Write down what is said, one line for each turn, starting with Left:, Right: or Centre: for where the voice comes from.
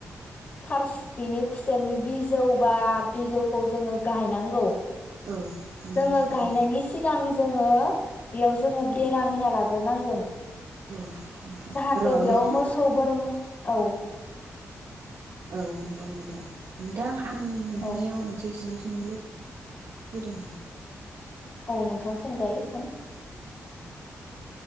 Left: फार्स्ट बिनि खुसेरनि बिजौ बा बिजौ खौ जोङो गाहाय नांगौ।
Right: औ नंगौ
Left: जोङो
Right: नोंथां
Left: गाहायनायनि
Right: औ
Left: सि गां जोङो बेयाव जोङो बेरा होना लाग्रोनांगोन।
Right: औ नोंथां
Left: जाहाथे
Right: र'
Left: बियाव
Right: नोंथां
Left: मोसौ बोरमा औ
Right: औ नोंगौ नोंथां नोंथां आं नोंथांनियाव
Left: औ
Right: मोनसे सोंलु सोंनो लु बैदोंमोन।
Left: औ नोंथां सोंजायो सों।